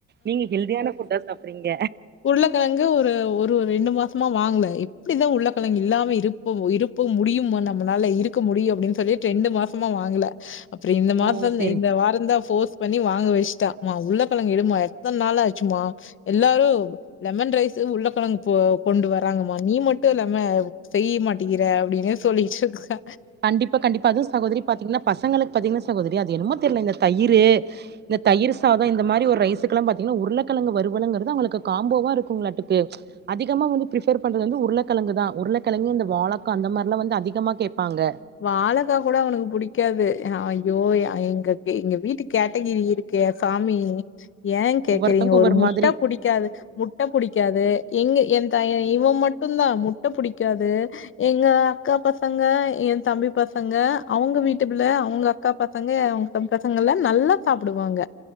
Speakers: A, on the right (about 35°); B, on the left (about 40°).
A: நீங்க ஹெல்தியான ஃபுட்டா சாப்றீங்க
B: உள்ளகெழங்கு ஒரு ஒரு ரெண்டு மாஸ்மா வாங்ல எப்டிதா உள்ளகெழங்கு இல்லாம இரு போ இருப்போ முடியுமா நம்மளால இருக்க முடியு அப்டின் சொல்லி ரெண்டு மாசமா வாங்குல அப்புறு இந்த மாசந்
A: ஓ சேரி
B: இந்த வாரந்தா ஃபோர்ஸ் பண்ணி வாங்க வச்ட்டா மா உள்ளகெழங்கு எடும்மா எத்தன் நாளாச்சுமா எல்லாரு லெமன் ரைஸு உள்ளக்கெழங்கு போ கொண்டு வராங்கமா நீ மட்டும் லெம செய்ய மாட்டேங்கிற அப்டின்னே சொல்லிட்ருக்கா
A: கண்டிப்பா கண்டிப்பா அதூ சகோதரி பாத்தீங்ன்னா பசங்களுக் பாத்தீங்கனா சகோதரி அது என்னமோ தெரிலங்க தயிரு இந்த தயிர் சாதோ இந்த மாரி ஒரு ரைசுக்குலா பாத்தீங்ன்னா உருளக்கெழங்கு வருவலுங்கறது அவுங்களுக்கு காம்போவா இருக்குங்களாட்டுக்கு அதிகமா வந்து ப்ரிஃபர் பண்றது வந்து உருளக்கெழங்குதா உருளக்கெழங்கு இந்த வாழக்கா அந்த மார்ல்லா வந்து அதிகமா கேப் பாங்க
B: வாழகா கூட அவனுக்கு புடிக்காது ஐயோ எங்க எங்க வீட்டு கேட்டகிரி இரு கே சாமி ஏன் கேக்குறீங்க
A: ஒவ்வொருத்தவங்க
B: ஒரு
A: ஒவ்வொரு
B: முட்ட
A: மாதிரி
B: புடி காது முட்ட புடிக்காது எங்க என் தய இவன் மட்டுந்தா முட்ட புடிக்காது எங்க அக்கா பசங்க என் தம்பி பசங்க அவுங்க வீட்டுபிள்ள அவுங்க அக்கா பசங்க அவ்ங் தம்பி பசங்கல்லா நல்லா சாப்டுவாங்க